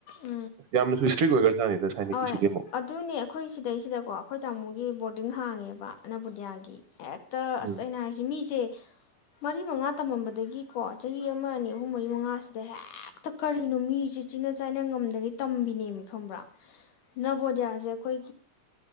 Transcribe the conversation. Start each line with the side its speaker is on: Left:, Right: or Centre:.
Left: ꯎꯝ ꯌꯥꯝꯅꯁꯨ ꯏꯁꯇ꯭ꯔꯤꯛ ꯑꯣꯏꯕ
Right: ꯑ ꯌꯥꯝꯅꯁꯨ ꯏꯁꯇ꯭ꯔꯤꯛ ꯑꯣꯏꯈ꯭ꯔꯖꯥꯠꯅꯤꯗ ꯁꯥꯏꯅꯤꯛꯀꯤꯁꯤꯗꯤ
Left: ꯍꯣꯏ
Right: ꯑꯃꯨꯛ
Left: ꯑꯗꯨꯅꯦ ꯑꯩꯈꯣꯏ ꯁꯤꯗꯩꯁꯤꯗꯀꯣ ꯑꯩꯈꯣꯏ ꯇꯥꯃꯣꯒꯤ ꯕꯣꯔꯗꯤꯡ ꯍꯥꯡꯉꯦꯕ ꯑꯅꯕꯨꯗꯤꯌꯥꯒꯤ ꯍꯦꯛ ꯇ ꯑꯁ
Right: ꯎꯝ
Left: ꯑꯩꯅ ꯍꯥꯏꯁꯤ ꯃꯤꯁꯦ ꯃꯔꯤ ꯃꯉꯥ ꯇꯝꯃꯝꯕꯗꯒꯤꯀꯣ ꯆꯍꯤ ꯑꯃ ꯑꯅꯤ ꯑꯍꯨꯝ ꯃꯔꯤ ꯃꯉꯥꯁꯤꯗ ꯍꯦꯛꯇ ꯀꯔꯤꯅꯣ ꯃꯤꯁꯦ ꯆꯤꯅ ꯆꯥꯏꯅ ꯉꯝꯗꯒꯤ ꯇꯝꯕꯤꯅꯦꯕ ꯈꯪꯕ꯭ꯔꯥ ꯅꯕꯣꯖꯌꯥꯁꯦ ꯑꯩꯈꯣꯏ